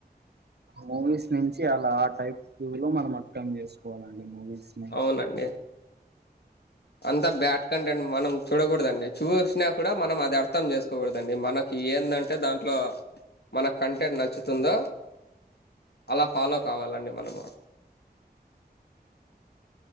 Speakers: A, on the right; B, on the left.
A: మూవీస్ నుంచి అలా ఆ టైప్ లో మనం అర్థం చేసుకోవాలండి మూవీస్. ని
B: అవునండీ. అంతా బ్యాడ్ కంటెంట్ మనం. చూడకూడదండి చూసినా కూడా మనం అర్ అది అర్థం చేసుకోకూడదండి మనకి ఏందంటే దాంట్లో మనకు కంటెంట్ నచ్చుతుందా. అలా ఫాలో కావాలండి మనము.